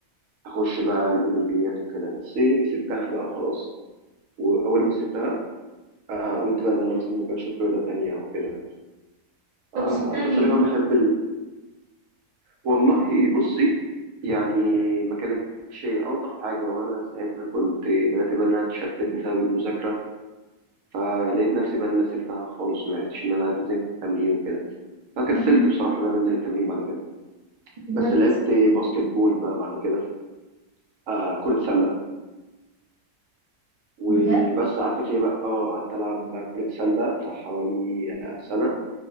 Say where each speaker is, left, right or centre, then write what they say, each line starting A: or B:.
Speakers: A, on the right; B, on the right.
A: أخش بقى الأولمبيات وكده بس سبتها بقى وخلاص وأول ما سبتها آه قلت بقى إن أنا مثلا ممكن أشوف رياضة تانية أو كده
B: طب
A: آه
B: وسبتها ليه؟
A: بس أنا كمان بحب والله بصي يعني ما كانتش ألطف حاجة وأنا ساعتها كنت بدأت بقى إن أنا أتشتت بسبب المذاكرة فلقيت نفسي بقى إن أنا سبتها خالص ما عرفتش إن أنا ألتزم في التمرين وكده فكسلت
B: امم
A: بصراحة إن أنا أنزل التمرين بعد كده
B: بجد
A: بس لعبت باسكت بول بقى بعد كده آه كرة سلة وبس
B: بجد
A: قعدت فيها بقى اه قعدت ألعب بقى كرة سلة بتاع حوالي آه، سنة